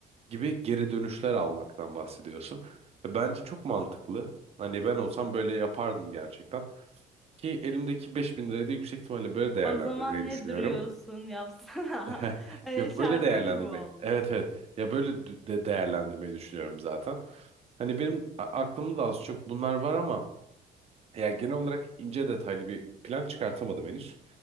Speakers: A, on the right; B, in the centre.
A: gibi geri dönüşler almaktan bahsediyorsun. Ve Bence çok mantıklı. Hani ben olsam böyle yapardım gerçekten. Ki elimdeki 5000 lirayı da yüksek ihtimalle böyle değerlendirmeyi
B: O zaman
A: düşünüyorum.
B: ne duruyorsun yapsana.
A: <laughs>
B: <laughs> Hani
A: Yok
B: şarkı
A: böyle değerlendirmeyi.
B: gibi oldu.
A: Evet evet. Ya böyle dü- de değerlendirmeyi düşünüyorum zaten. Hani benim a- aklımda da az çok bunlar var ama ya genel olarak ince detaylı bir plan çıkartamadım henüz.